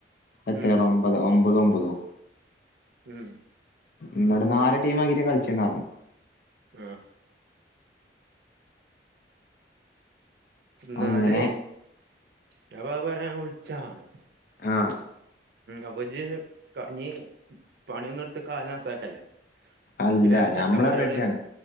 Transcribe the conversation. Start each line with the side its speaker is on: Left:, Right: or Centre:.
Left: എത്രയ
Right: ഉം
Left: ഒമ്പത് ഒമ്പതും ഒമ്പതോ
Right: ഉം
Left: ന്നിട്ട് നാല് ടീം ആകീട്ട് കളിച്ചെന്ന് പറഞ്ഞു
Right: ആഹ്‌ എന്നാലേ
Left: അങ്ങനെ
Right: ഞാപ്പ അത് പറയാൻ വിളിച്ചാണ്
Left: ആഹ്‌
Right: അപ്പൊ ജ്ജ് ഞ് പണിയൊന്നും എടുത്തു കാല് നാസാക്കല്ലേ
Left: അല്ല
Right: പിന്നെ അന്റെ
Left: ഞമ്മള്
Right: ചെക്കന്മാരോട്
Left: റെഡിയാണ്